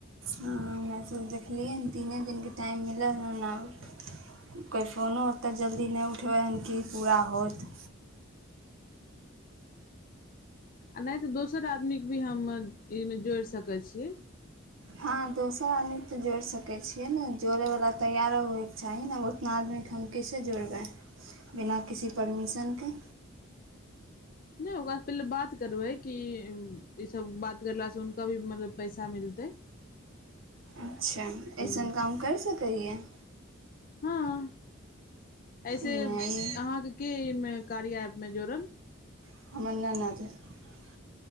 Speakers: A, on the right (about 75°); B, on the left (about 45°).
A: ह हमेसभ देखलियैन तीने दिनके टाइम मिलल हन आ कोइ फोनो ओतय जल्दी नहि उठबै हन कि पूरा होत।
B: आ नहि तऽ दोसर आदमी केँ भी हम एहिमे जोड़ि सकै छिय।
A: हँ दोसर आदमी के तऽ जोड़ि सकै छियै ने जोड़यवला तैयारो होयके चाही ने उतना आदमी के हम कैसे जोड़बै बिना किसी परमिशन के।
B: नहि होगा पहिले बात। करबै कि। ईसब बात करलासँ हुनका भी मतलब पैसा मिलतै।
A: अच्छा
B: तऽ
A: एइसन काम करि सकै हियै।
B: हँ। एहिसे
A: ई
B: अहाँके
A: नहि ई
B: के एहिमे कार्य ऐप मे जोड़ल।
A: <unintelligible>